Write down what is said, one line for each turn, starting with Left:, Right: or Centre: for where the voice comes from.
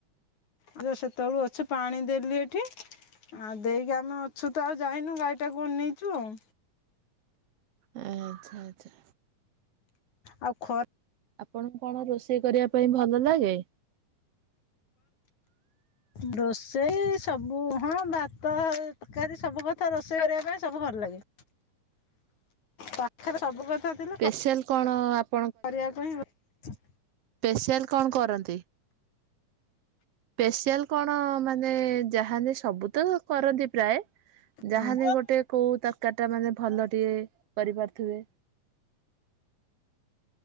Left: ଆଚ୍ଛା ସେତେବେଳୁ ଅଛି ପାଣି ଦେଲି ଏଠି। ଆଉ ଦେଇକି ଆମେ ଅଛୁ ତ ଆଉ ଯାଇନୁ। ଗାଈଟାକୁ ଅନେଇଛୁ ଆଉ।
Right: ଆଚ୍ଛା ଆଚ୍ଛା।
Left: ଆଉ ଖର୍
Right: ଆପଣଙ୍କୁ କଣ ରୋଷେଇ କରିବା ପାଇଁ ଭଲ ଲାଗେ? <unintelligible>
Left: ରୋଷେଇ ସବୁ ହଁ ଭାତ ତରକାରୀ ସବୁ କଥା ରୋଷେଇ କରିବା ପାଇଁ ସବୁ ଭଲ ଲାଗେ।
Right: <inaudible>
Left: ପାଖେରେ ସବୁ କଥା ଥିଲେ
Right: ସ୍ପେଶାଲ
Left: କ
Right: କଣ ଆପ
Left: କରିବା ପାଇଁ ଆଉ।
Right: ସ୍ପେସିଆଲ୍ କଣ କରନ୍ତି? ସ୍ପେସିଆଲ୍ କଣ ମାନେ ଯାହାବି ସବୁ ତ କରନ୍ତି ପ୍ରାୟେ। ଯାହାବି
Left: ହଁ
Right: ଗୋଟେ କୋଉ ତରକାରୀ ଟା ମାନେ ଭଲ ଟିକେ କରି ପାରୁଥିବେ? <inaudible>